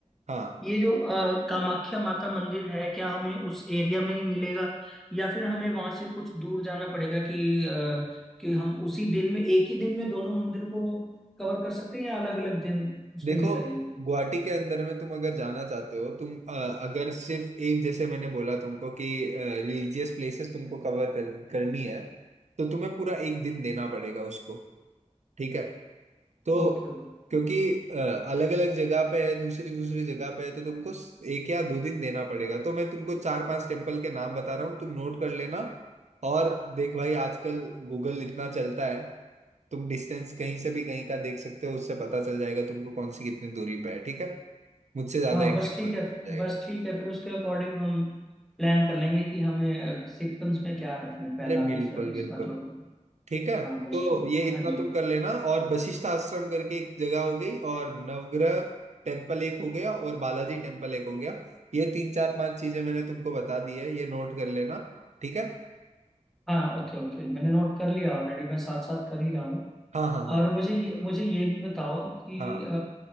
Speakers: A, on the right; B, in the centre.
A: हाँ
B: ये जो अ, कामाख्या माता मंदिर है क्या हमें उस एरिया में ही मिलेगा या फिर हमें वहां से कुछ दूर जाना पड़ेगा कि अ, कि हम उसी दिन में एक ही दिन में दोनों मंदिर को कवर कर सकते हैं या अलग अलग दिन उसके
A: देखो
B: लिए लगेंगे
A: गुवाहाटी के अंदर में तुम अगर जाना चाहते हो तुम अ, अगर सिर्फ एक जैसे मैंने बोला तुमको कि रिलीजियस प्लेसेस तुमको कवर कर, करनी है तो तुम्हें पूरा एक दिन देना पड़ेगा उसको ठीक है तो
B: Okay okay
A: क्योंकि अलग अलग जगह पे है दूसरी दूसरी जगह पे है तो तुमको स- एक या दो दिन देना पड़ेगा तो मैं तुमको चार पांच टेम्पल के नाम बता रहा हूँ तुम नोट कर लेना और देख भाई आजकल गूगल इतना चलता है तुम डिस्टेंस कहीं से भी कहीं का देख सकते हो उससे पता चल जाएगा तुमको कौन सी कितनी दूरी पे है ठीक है मुझसे ज्यादा
B: हाँ
A: एग्जैक्ट
B: बस ठीक
A: पता
B: है
A: चल जाएगा
B: बस ठीक है फिर उसके अकॉर्डिंग हम प्लान कर लेंगे कि हमें सीक्वेंस में क्या रखना है पहला
A: अरे बिल्कुल
B: दूसरा तीसरा
A: बिल्कुल
B: चौथा
A: ठीक है
B: हाँ बस
A: तो
B: ठीक
A: ये इतना
B: हाँ जी
A: तुम कर लेना और वशिष्ठ आश्रम करके एक जगह हो गई और नवग्रह टेम्पल एक हो गया और बालाजी टेम्पल एक हो गया ये तीन चार पांच चीजें मैंने तुमको बता दी है ये नोट कर लेना ठीक है
B: हाँ ओके ओके मैंने नोट कर लिया ऑलरेडी मैं साथ साथ कर ही रहा हूँ
A: हाँ हाँ हाँ
B: और मुझे ये मुझे ये भी बताओ कि
A: हाँ
B: आ,